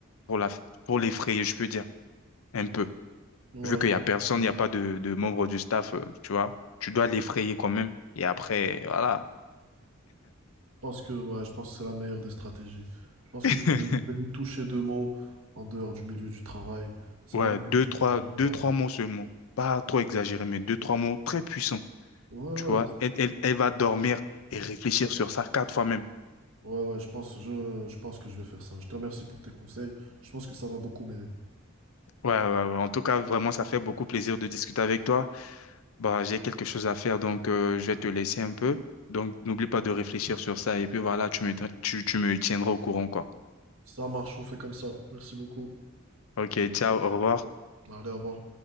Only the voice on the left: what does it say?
pour la, pour l'effrayer, je peux dire, un peu.
Vu qu'il
n'y
a personne,
il n'y a pas de, de membre du staff, euh, tu vois, tu dois l'effrayer quand même. Et après, voilà.
<laughs>
Ouais,
deux,
trois,
deux,
trois mots seulement. Pas trop exagéré, mais deux, trois mots très puissants.
Tu
vois, elle, elle, elle va dormir et réfléchir sur ça quatre fois même.
Ouais, ouais, ouais. En tout cas, vraiment, ça fait beaucoup plaisir de discuter avec toi. Bah, j'ai quelque chose à faire, donc euh, je vais te laisser un peu. Donc, n'oublie pas de réfléchir sur ça. Et puis voilà, tu me, tu, tu me tiendras au courant, quoi.
Ok, ciao, au revoir.